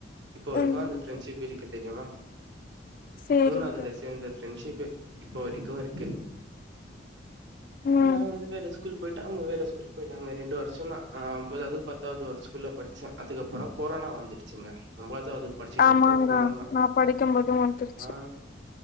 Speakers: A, on the right (about 80°); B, on the left (about 45°).
A: இப்ப வரிகோ
B: ம்
A: அந்த பிரெண்ட்ஸுப் இருக்கு தெரியுமா
B: சேரிங்க
A: மூணாவதுல சேர்ந்த ஃரெண்ட்ஷிப்பு இப்ப வரிக்கு இருக்கு
B: ம்
A: நா வந்து வேற ஸ்கூல் போயிட்டு அவங்க வேற ஸ்கூல் போயிட்டாங்க ரெண்டு வருஷந்தா ஹ ஒன்பதாது பத்தாவது ஒரு ஸ்கூல்ல படிச்ச அதுக்கப் புறம் கொரோனா வந்துடுச்சுங்க <unintelligible> படிச்சுட்டு
B: ஆமாங்க
A: இருக்கே கொரோனா
B: நா படிக்கும்போதும் வந்துருச்சு
A: ஆ